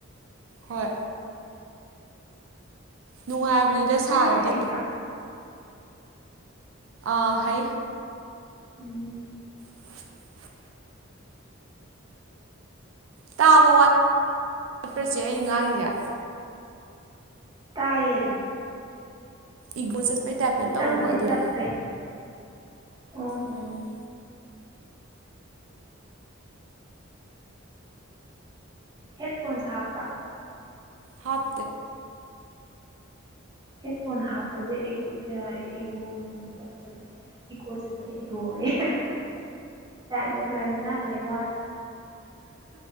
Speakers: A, on the right; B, on the right.
A: ꯍꯣꯏ ꯅꯨꯡꯉꯥꯏꯕꯅꯤꯗ ꯁꯥꯔꯗꯤ
B: ꯅꯪꯗꯤ ꯍꯩꯕ꯭ꯔꯥ
A: ꯑꯥ ꯍ
B: ꯎꯝ
A: <inaudible> ꯇꯥꯕ ꯋꯥꯠꯄ꯭ꯔꯁꯦ ꯑꯩꯅ ꯉꯉꯥꯡꯁꯦ
B: ꯇꯥꯏꯌꯦ ꯑꯗꯨ ꯑꯗꯨꯝ
A: ꯏꯒꯣ ꯆꯠꯄꯩ ꯇꯥꯏꯞꯇ
B: ꯈꯤꯇꯪꯕꯨꯗꯤ
A: ꯇꯧꯎꯕ ꯑꯗꯨꯅꯦ
B: ꯇꯞꯄꯦ ꯑꯣ
A: ꯎꯝ
B: ꯍꯦꯠꯐꯣꯟꯁ ꯍꯥꯞꯄ꯭ꯔꯥ
A: ꯍꯥꯞ
B: ꯍꯦꯠ ꯐꯣꯟ ꯍꯥꯞꯄꯁꯦ ꯏꯣ ꯆꯠꯄꯦ ꯏꯀꯣ ꯆꯠꯄꯅꯦ ꯏꯒꯣꯔꯥꯡ ꯆꯠꯇꯨꯔꯥꯟ ꯉꯥꯡ ꯂꯩ ꯋꯥꯏ